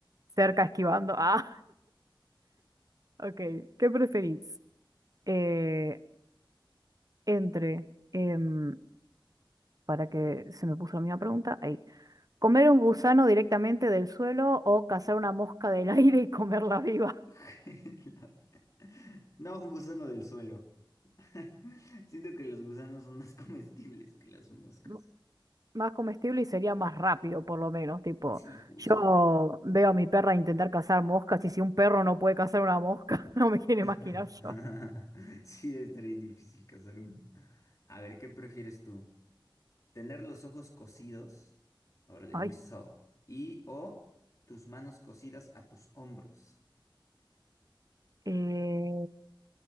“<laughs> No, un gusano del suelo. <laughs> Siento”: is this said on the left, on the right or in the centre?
Left